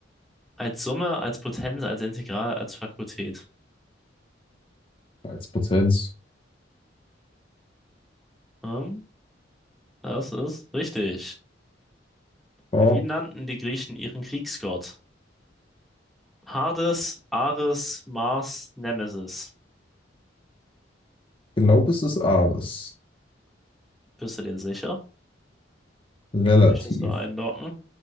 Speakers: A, in the centre; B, on the left.
A: Als Summe, als Potenz, als Integral, als Fakultät.
B: als Potenz.
A: Hm? Das ist richtig.
B: Top.
A: Wie nannten die Griechen ihren Kriegsgott? Hades, Ares, Mars, Nemesis.
B: Glaub es ist Ares.
A: Bist du dir sicher?
B: Relativ.
A: Möchtest du einloggen?